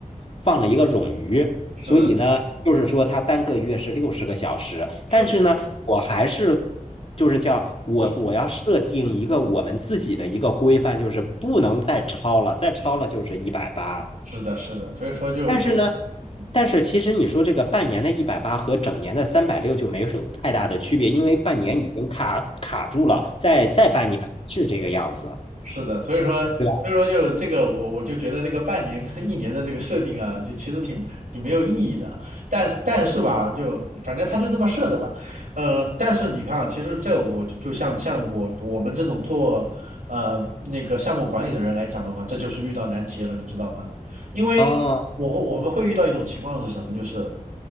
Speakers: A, on the left (about 45°); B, on the right (about 75°).
A: 放了一个冗余，
B: 是
A: 所以呢，就是说它单个月是六十个小时，
B: 是的，
A: 但是呢，我还是就是叫我我要设定一个我们自己的一个规范，
B: 你
A: 就是不能再超了，再超了就是一百八，
B: 是的是的，所以说就怎么讲，
A: 但是呢。
B: 嗯。
A: 但是其实你说这个半年的一百八和整年的三百六就没有太大的区别，因为半年已经卡卡住了，再再半年是这个样子，
B: 是的，所以说，
A: 对吧？
B: 所以说就这个，我我就觉得这个半年跟一年的这个设定啊，就其实挺挺没有意义的。但但是吧，就反正他就这么设的吧。呃，但是你看啊，其实这我就就像像我我们这种做呃那个项目管理的人来讲的话，这就是遇到难题了，你知道吗？因为我我们会遇到一种情况是什么，
A: 哦。
B: 就是